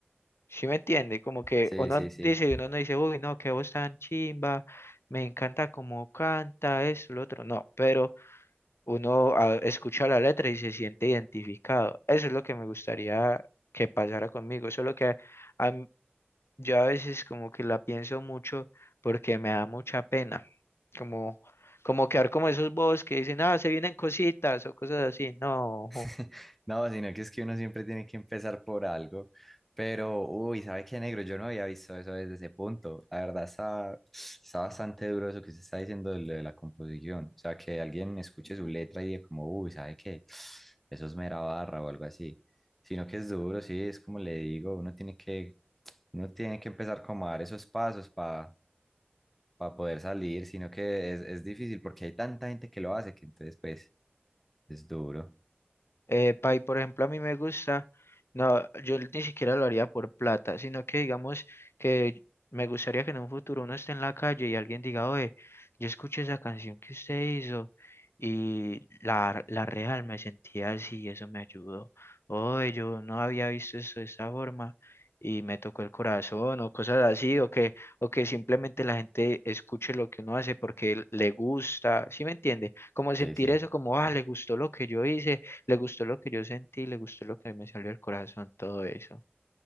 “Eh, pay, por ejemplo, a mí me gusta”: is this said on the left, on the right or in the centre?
Left